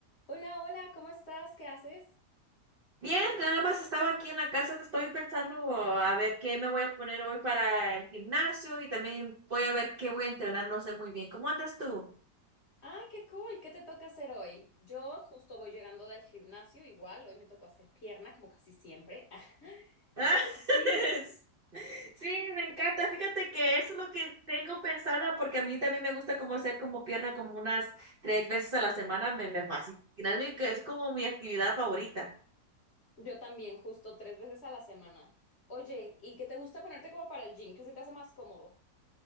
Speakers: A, on the left; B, on the right.
A: Hola, hola, ¿cómo estás? ¿Qué haces?
B: Bien, nada más estaba aquí en la casa, estoy pensando a ver qué me voy a poner hoy para el gimnasio y también voy a ver qué voy a entrenar, no sé muy bien. ¿Cómo andas tú?
A: Ah, qué cool, ¿qué te toca hacer hoy? Yo justo voy llegando del gimnasio, igual, hoy me tocó hacer pierna, como casi siempre. <laughs>
B: Ah,
A: Pero sí.
B: <laughs> Sí, me encanta. Fíjate que eso es lo que tengo pensada porque a mí también me gusta como hacer como pierna como unas tres veces a la semana, me, me fascina, es mi- es como mi actividad favorita.
A: Yo también, justo tres veces a la semana. Oye, ¿y qué te gusta ponerte como para el gym? ¿Qué se te hace más cómodo?